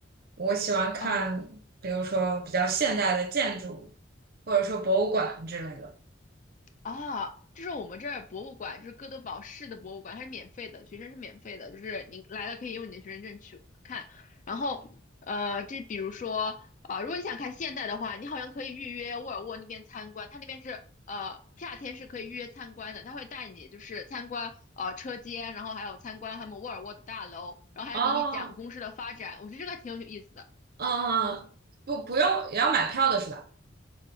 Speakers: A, on the right; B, on the left.
A: 我喜欢看，
B: 哦，
A: 比如说比较现代的建筑，或者说博物馆之类的。
B: 啊，这是我们这儿博物馆，就是哥德堡市的博物馆，它是免费的，学生是免费的，就是你来了可以用你的学生证去看。然后，呃，这比如说，啊、如果你想看现代的话，你好像可以预约沃尔沃那边参观，它那边是呃夏天是可以预约参观的，他会带你就是参观呃车间，然后还有参观他们沃尔沃的大楼，然后还给你讲公司的发展，
A: 哦，
B: 我觉得这个挺有意思的。
A: 嗯，嗯，嗯不，不用，也要买票的是吧？